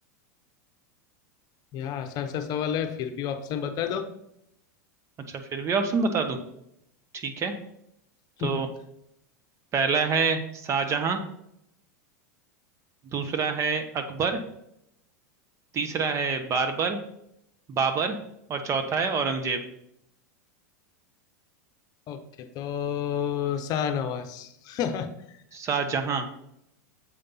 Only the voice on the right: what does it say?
अच्छा फिर भी ऑप्शन बता दूं ठीक है तो
पहला है शाहजहां दूसरा है अकबर तीसरा है बारबर बाबर और चौथा है औरंगजेब
शाहजहां